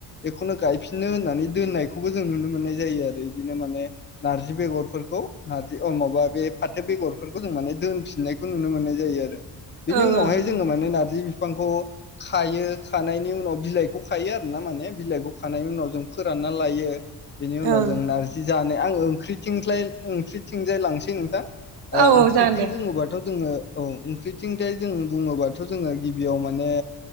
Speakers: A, on the left (about 30°); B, on the right (about 80°).
A: बेखौनो गायफिननो होननानै दोननायखौबो जों नुनो मोननाय जायो आरो। इदिनो माने नारजि बेगरफोरखौ नारजि अ माबा बे फाथो बेगरफोरखौ जों माने दोनफिननायखौ नुनो मोननाय जायो आरो। बेनि
B: ओं
A: उनावहाय जोङो माने नार्जि बिफांखौ खायो खानायनि उनाव बिलाइखौ खायो आरोना माने बिलाइखौ खानायनि उनाव जों फोरानना लायो। बेनि उनाव
B: ओं
A: जों नारजि जानाय आंं ओंख्रिथिंख्लाय ओंख्रिथिंजाय लांसै नोंथां। ओ
B: औ
A: ओंख्रिथिं
B: औ जागोन दे
A: बुङोबाथ' जोङो औ ओंख्रिथिंथाय जों बुङोबाथ' जोङो गिबियाव माने